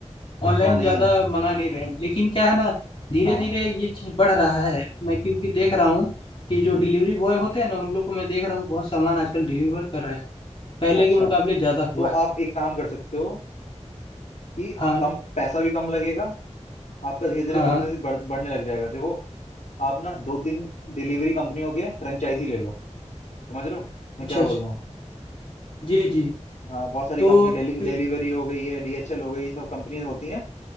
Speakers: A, on the left (about 70°); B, on the left (about 45°).
A: इतना
B: ऑनलाइन
A: नहीं
B: ज़्यादा
A: है
B: मंगा नहीं रहे हैं लेकिन क्या है ना धीरे
A: हाँ
B: धीरे ये चीज़ बढ़ रहा है मैं क्योंकि देख रहा हूँ कि जो
A: जी
B: डिलीवरी बॉय होते हैं ना उन लोग को मैं देख रहा हूँ बहुत सामान आजकल डिलीवर कर रहे हैं पहले
A: अच्छा
B: के मुकाबले ज़्यादा हुआ
A: तो
B: है
A: आप एक काम कर सकते हो कि
B: हाँ
A: कम पैसा भी कम लगेगा आपका धीरे धीरे
B: हाँ
A: बिजनेस
B: हाँ
A: बढ़, बढ़ने लग जाएगा देखो आप ना दो तीन डिलीवरी कंपनियों के फ्रेंचाइजी ले लो समझ रहे हो मैं
B: अच्छा
A: क्या बोल
B: अच्छा
A: रहा हूँ
B: जी जी
A: हाँ बहुत सारी
B: तो
A: कंपनी डिलीवरी
B: ए-
A: हो गई है डीएचएल हो गई ये सब कंपनीज होती हैं